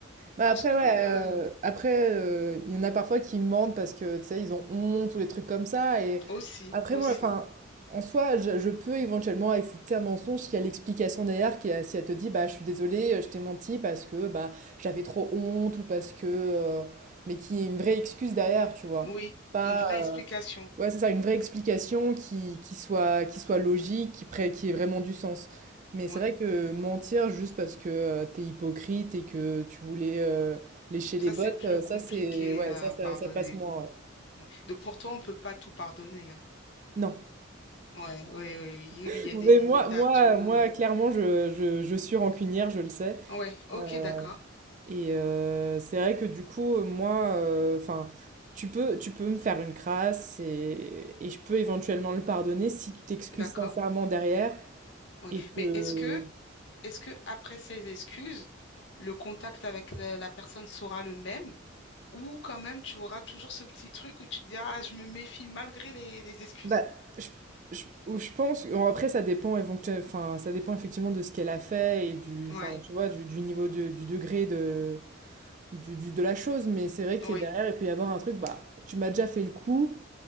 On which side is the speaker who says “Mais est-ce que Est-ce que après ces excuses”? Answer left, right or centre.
Left